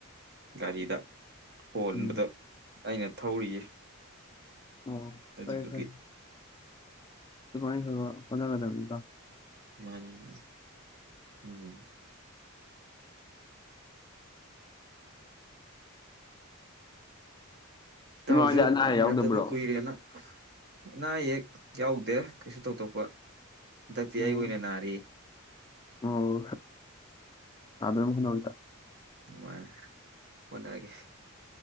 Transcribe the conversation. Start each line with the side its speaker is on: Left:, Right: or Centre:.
Right: ꯒꯥꯔꯤꯗ ꯍꯣꯟꯕꯗꯣ
Left: ꯎꯝ
Right: ꯑꯩꯅ ꯊꯧꯔꯤꯌꯦ
Left: ꯑꯣ
Right: ꯑꯗꯨꯗꯨꯒꯤ
Left: ꯐꯔꯦ ꯐꯔꯦ ꯑꯗꯨꯃꯥꯏ ꯈꯒ ꯍꯣꯠ ꯒꯗꯕꯅꯤ ꯏꯇꯥꯎ
Right: ꯃꯥꯅꯦ ꯎꯝ ꯎꯝ ꯇꯥꯎꯖꯨ
Left: ꯏꯃꯥ ꯍꯣꯏꯗꯤ ꯑꯅꯥ ꯑꯌꯦꯛ
Right: ꯎꯅꯗꯕ
Left: ꯌꯥꯎꯗꯕ꯭ꯔꯣ
Right: ꯀꯨꯏꯔꯦꯅ ꯑꯅꯥ ꯑꯌꯦꯛ ꯌꯥꯎꯗꯦ ꯀꯩꯁꯨ ꯇꯣꯛ ꯇꯣꯛꯞꯄ ꯊꯗꯤꯤ
Left: ꯑꯣ
Right: ꯑꯨꯅꯦ ꯅꯅꯥꯔꯤ
Left: ꯑꯣ ꯑꯗ꯭ꯔ ꯃꯈꯟꯅꯣꯏꯇ
Right: ꯃꯥꯅꯦ ꯍꯣꯠꯅꯒꯦ